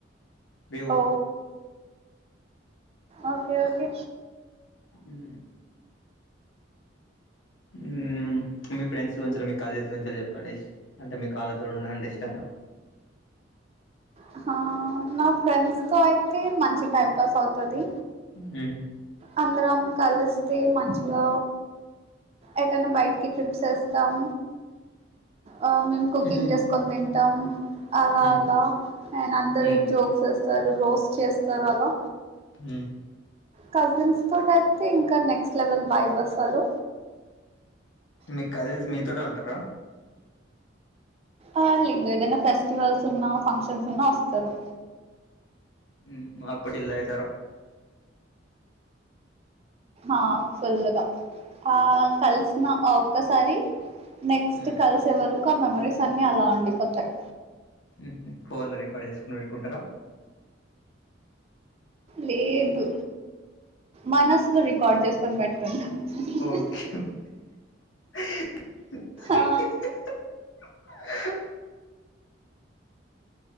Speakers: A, on the left; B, on the right.
A: వ్యూ
B: ఓ ఓకే ఓకే
A: ఉహు ఉహు మీ ఫ్రెండ్స్ గురించెల్లీ మీ కాలేజ్ గురించేల్లీ చెప్పండి ఇష్ అంటే మీకు వాళ్ళతో ఉండుడంటే ఇష్టంగా
B: అహ నా ఫ్రెండ్స్ తో అయితే మంచి టైం పాస్ అవుతది
A: ఊమ్
B: అందరం కలిస్తే మంచిగా ఎటన్న బయటికి ట్రిప్ సేస్తాం ఆ మేము కుకింగ్
A: మ్మ్
B: జేసుకొని తింటాం అలా
A: మ్మ్
B: అలా అండ్ అందరు
A: మ్మ్
B: స్తరు రోస్ట్ చేస్తారు అలా
A: ఊమ్
B: కజిన్స్ తోటి అయితే ఇంకా నెక్స్ట్ లెవెల్ వైబ్ అసలు
A: మీ కజిన్స్ మీతోటె ఉంటరా
B: ఆ లేదు ఏదైనా ఫెస్టివల్స్ ఉన్నా ఫంక్షన్స్ ఉన్నా ఒస్తరు
A: ఉమ్ అప్పుడు ఇల్లాయితరా
B: ఆ ఫుల్గా ఆ కలిసిన అ ఒక్కసారి నెక్స్ట్
A: మ్మ్
B: కలిసే వరకు ఆ మెమరీస్ అన్ని అలా ఉండిపోతయి
A: ఉహ్ హ్ ఫోన్లు రికార్డ్ ఏసుకుని పెట్టుకుంటరా
B: లేదు మనసులో రికార్డ్ చేసుకొని పెట్టుకుంటాం ఉహ్
A: ఓకే
B: హ్
A: <unintelligible>
B: ఆ